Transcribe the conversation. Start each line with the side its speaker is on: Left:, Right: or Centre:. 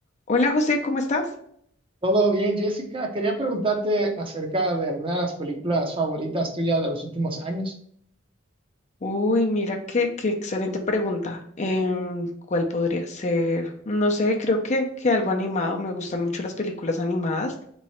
Left: Hola José, ¿cómo estás?
Right: Todo bien, Jessica. Quería preguntarte acerca de alguna de las películas favoritas tuyas de los últimos años.
Left: Uy, mira qué, qué excelente pregunta. Em, ¿cuál podría ser? No sé, creo que, que algo animado. Me gustan mucho las películas animadas.